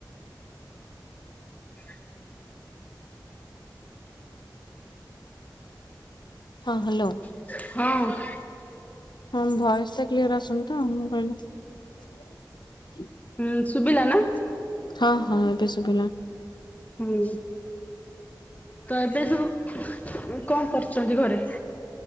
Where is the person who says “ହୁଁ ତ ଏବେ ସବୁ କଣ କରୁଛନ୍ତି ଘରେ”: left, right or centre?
Left